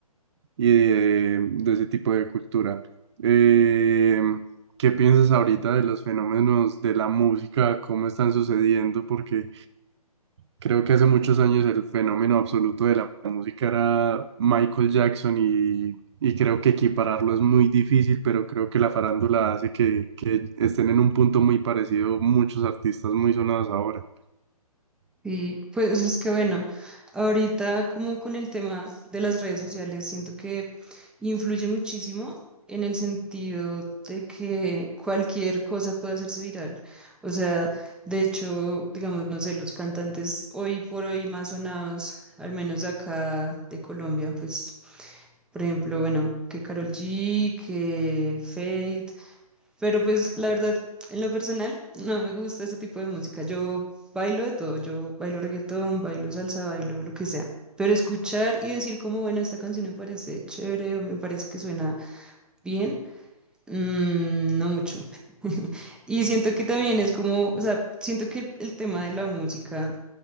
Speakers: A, on the right (about 45°); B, in the centre.
A: y de, de ese tipo de cultura. Eh, ¿qué piensas ahorita de los fenómenos de la música? ¿Cómo están sucediendo? Porque creo que hace muchos años el fenómeno absoluto de la música era Michael Jackson y y creo que equipararlo es muy difícil, pero creo que la farándula hace que, que estén en un punto muy parecido muchos artistas muy sonados ahora.
B: Sí, pues es que bueno, ahorita como con el tema de las redes sociales, siento que influye muchísimo en el sentido de que cualquier cosa puede hacerse viral. O sea, de hecho, digamos, no sé, los cantantes hoy por hoy más sonados, al menos acá de Colombia, pues, por ejemplo, bueno, que Karol G, que Fate. Pero pues la verdad, en lo personal, no me gusta ese tipo de música. Yo bailo de todo, yo bailo reggaetón, bailo salsa, bailo lo que sea. Pero escuchar y decir como, bueno, esta canción me parece chévere o me parece que suena bien, mm, no mucho. Y siento que también es como, o sea, siento que el, el tema de la música